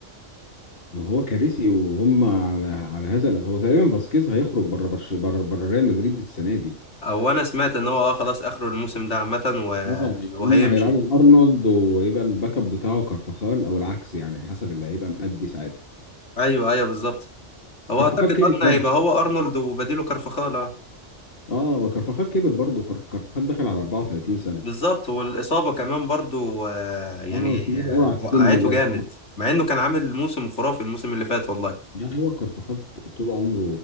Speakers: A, on the left; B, on the left.
A: ما هو كارثي وهم على على هذا ال- هو تقريبا فاسكيز هيخرج بره برش... بره بره ريال مدريد السنه دي
B: او انا سمعت ان هو اه خلاص اخره الموسم ده عامه و...
A: اه يعني
B: وهيمشي
A: هم هيلعبوا ارنولد ويبقى الباك اب بتاعه كارفاخال او العكس يعني حسب اللي هيبقى مأدي ساعتها
B: ايوه ايوه بالظبط هو
A: كارفاخال
B: اعتقد
A: كبر
B: ارنا
A: برضه
B: هيبقى هو ارنولد وبديله كارفخال آه.
A: اه وكارفاخال كبر برضه فر- كارفاخال دخل على 34 سنه
B: بالظبط والاصابه كمان برضو آه، يعني
A: اه تقيل
B: آه،
A: قوي على السن
B: وقعته
A: ده
B: جامد مع انه كان عامل موسم خرافي الموسم اللي فات والله
A: لا هو كارفاخال طول عمره